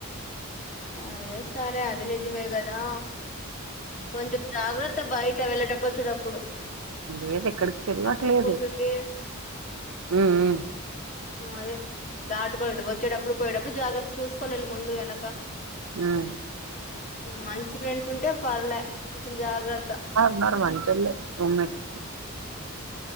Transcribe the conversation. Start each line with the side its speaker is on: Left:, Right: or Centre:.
Left: అరే సరే అది నిజమేగదా కొంచం జాగ్రత్త బయట వెళ్ళేటప్పుడు వచ్చేటప్పుడు
Right: లేదు ఎక్కడికి వెళ్ళట్లేదు
Left: ట్రాఫిక్ ఉంటుంది
Right: హ్మ్
Left: అదే దాటుకో వచ్చేటప్పుడు పోయేటప్పుడు జాగ్రత్త చూసుకోని వెళ్ళు ముందు వెనక
Right: హ్మ్
Left: మంచి ఫ్రెండ్స్ ఉంటే పర్లే కొంచెం జాగ్రత్త
Right: ఉన్నారు ఉన్నారు మంచోలే రూమ్ట్